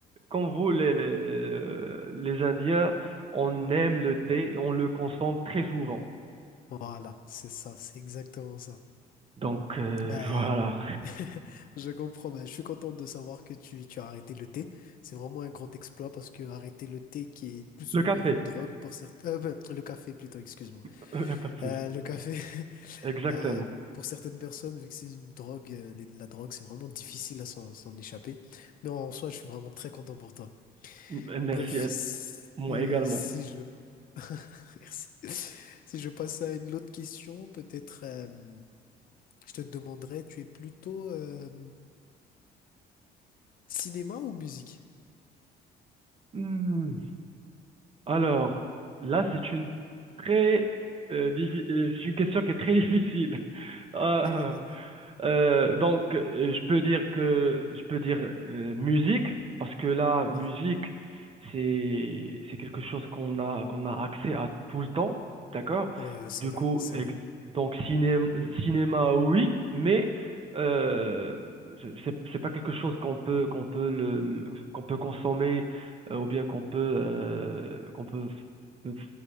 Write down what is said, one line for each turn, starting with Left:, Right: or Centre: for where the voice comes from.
Right: Comme vous, les, les, les les Indiens, on aime le thé et on le consomme très souvent.
Left: Voilà, c'est ça, c'est exactement ça.
Right: Donc, euh,
Left: Ben,
Right: <laughs> voilà.
Left: <laughs> je comprends, ben, je suis content de savoir que tu, tu as arrêté le thé. C'est vraiment un grand exploit parce que arrêter le thé qui est plus
Right: Le
Left: ou
Right: café,
Left: moins une drogue pour certains... euh, ben, le café plutôt, excuse-moi.
Right: <laughs> il n'y a pas de souci.
Left: Euh, le café, <laughs>
Right: Exactement.
Left: euh, pour certaines personnes, vu que c'est une drogue, euh, les- la drogue, c'est vraiment difficile à s'en s'en échapper. Mais en soi, je suis vraiment très content pour toi.
Right: M- Merci
Left: Bref,
Right: à
Left: si,
Right: moi également.
Left: si je, <laughs> si si je passe à une autre question, peut-être euh, je te demanderais, tu es plutôt euh, cinéma ou musique?
Right: Hmm. Alors, là, c'est une très euh, diffi- euh, c'est une question qui est très difficile. <laughs>
Left: <laughs>
Right: Euh, donc, euh, je peux dire que je peux dire euh, musique parce que là, musique,
Left: Hein
Right: c'est c'est quelque chose qu'on a qu'on a accès à tout le temps, d'accord?
Left: Ouais, ouais, c'est
Right: Du
Left: vrai,
Right: coup,
Left: c'est
Right: ex-
Left: vrai,
Right: donc cinéma, cinéma, oui, mais euh, c'est c'est c'est pas quelque chose qu'on peut qu'on peut le le- qu'on peut consommer euh, ou bien qu'on peut euh, qu'on peut f- f-